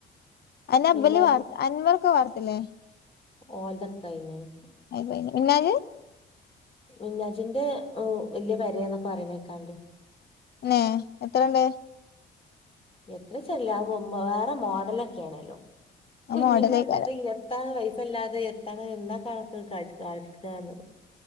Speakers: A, on the left; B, on the left.
A: അന്നെഇബല്
B: മിന്നാജ്
A: വാർ അൻവറൊക്കെ വാർത്ത് ല്ലേ
B: ഓൽതക്കയിഞ്ഞിന്
A: ആയിപ്പോയിനി മിന്നാജ്
B: മിന്നാജിന്റെ ഉ വല്യ പെരയാന്നൊക്കെ പറയണേക്കാണ്ട്
A: നേ എത്രണ്ട്
B: എത്രേച്ചർല്ലാ വൊമ്മ വേറ മോഡലൊക്കേണോലും
A: ആ
B: ഉ
A: മോഡലേക്കാരം
B: ഇന്നിം വരണ്ടേ തൈ യെത്താണ് വൈസ് ഇപ്പല്ലാതെ എത്തണം എന്താ കണക്ക് കാച്ച് കാ ഷ്ടാണ്